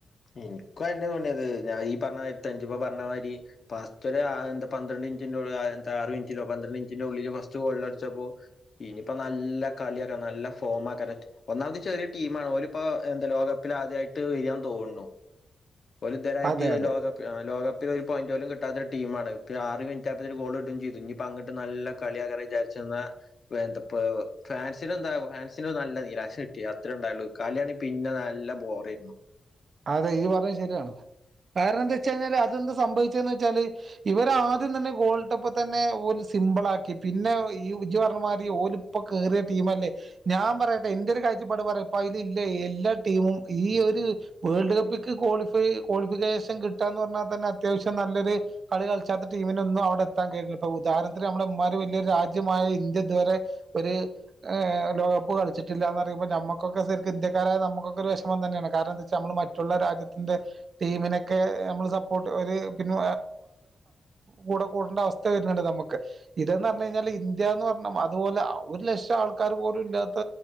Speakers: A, on the left (about 50°); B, on the right (about 60°).
A: എനിക്കും അയെന്നെ തോണിയത് ഞാൻ ഈ പറഞ്ഞയിര്ത്ത ഇജ് പറഞ്ഞ മാതിരി ഫസ്റ്റ് ഒര് എന്താ പന്ത്രണ്ട് ഇഞ്ചിന്റെ ആറ മിനിറ്റിലേ പന്ത്രണ്ട് മിനിറ്റിന്റെ ഉള്ളില് ഫസ്റ്റ് ഗോളിൽ അടിച്ചപ്പോ ഇനിയിപ്പോ നല്ല കളിയ ആക്കാ നല്ല ഫോം ആക്കാനറ്റ് ഒന്നാമത് ചെറിയ ടീം മാണ് ഓല്പ്പോ എന്താ ലോകകപ്പിൽ ആദ്യമായിട്ട് വെരിയ തോണു <unintelligible> ഒല് ഇതരായിട്ട്
B: അതെ അതെ
A: ലോകകപ്പ് ആ ലോക ഒരു, പോയിന്റ്, പോലും, കിട്ടാത്ത, ഒരു, ടീമാണ്, ആറ്, മിനിറ്റ്, ആയപ്പോത്തിന്, ഗോൾ, ഇടും, ചെയ്തു, ഇനിപ്പ, അങ്ങണ്ട്, നല്ല, കളിയികാരം, വിചാരിച്ചെന്ന, എന്തപ്പൊ, ഫാൻസിന്, എന്താ, ഫാൻസി, നല്ല നിരാശ കിട്ടി, അത്രേ ണ്ടായൊള്ളു, കളിയാണെങ്ക, പിന്നെ, നല്ല, ബോറേയിരുന്നു.
B: അതെ, ഈ, പറഞ്ഞത്, ശെരിയാണ്. കാരണം ന്ത വെച്ച് കഴിഞ്ഞാല് അതെന്ത് സംഭവിച്ചന്ന്, വെച്ചാല്, ഇവരാദ്യം, തന്നെ, ഗോൾഡ്, കപ്പ്, തന്നെ, ഓര്, സിംമ്പിൾ, ആക്കി, പിന്നെ, ഈ, ഇജ്ജ്, പർഞ്ഞമാരി, ഓല്, ഇപ്പ, കേറിയ, ടീം, ല്ലേ, ഞാൻ, പറയട്ടെ, എന്റെ, ഒരു കാഴ്ചപ്പാട്, പറയാ, ഇപ്പൊ, ഇതി ഇല്ലേ, എല്ലാ, ടീമും ഈ ഒരു വേൾഡ്, കപ്പ്ക്ക്, ക്ളിഫൈ, ക്ളിഫിക്കേഷൻ, കിട്ടാ, ന്ന് പറഞ്ഞാ, തന്നെ, അത്യാവശ്യം, നല്ലൊരു, കളി കളിച്ചാത്ത, ടീമിനൊന്നും, അവിടെ, എത്താൻ, കഴിയില്ല, പ്പൊ, ഉദാഹരണത്തിന്, നമ്മുടെ, ഉമ്മാര്, വല്യരു, രാജ്യമായ, ഇന്ത്യ, ഇത് വരെ, ഒരു ഹ്, ൾഡ്കപ്പ്, കളിച്ചിട്ടില്ലന്ന്, പറയുമ്പോ, നമുക്കൊക്കെ, സെരിക്കും, ഇന്ത്യക്കാരായ, നമുക്കൊക്കെ, വെഷമം തന്നെയാണ്, കാരണം, എന്താ നമ്മൾ, മറ്റുള്ള, രാജ്യത്തിന്റെ, ടീമിനൊക്കെ, നമ്മൾ, സപ്പോർട്ട്, പിന്നെ, കൂടെ, കൂടേണ്ട, അവസ്ഥ, വരുന്നുണ്ട്, നമുക്ക്, ഇതന്ന്, പറഞ്ഞ, കഴിഞ്ഞാൽ, ഇന്ത്യന്ന്, പറഞ്ഞ, അതുപോലെ, ഒരു, ലക്ഷം ആൾക്കാർ, പോലും, ഇല്ലാത്ത,